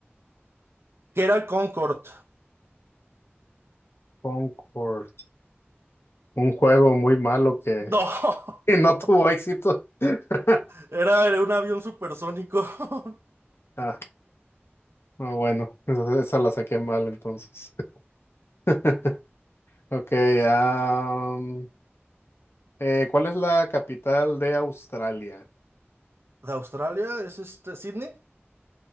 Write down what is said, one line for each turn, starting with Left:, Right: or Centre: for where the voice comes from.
Right: Que era el Concorde?
Left: Concord. Un juego muy malo que,
Right: No.
Left: <laughs>
Right: <laughs>
Left: que no tuvo éxito. <laughs>
Right: Era, era un avión supersónico. <laughs>
Left: Ah, ah, bueno, esa, esa la saqué mal entonces. <laughs> Ok, am, eh, ¿cuál es la capital de Australia?
Right: ¿De Australia? ¿Es este Sydney?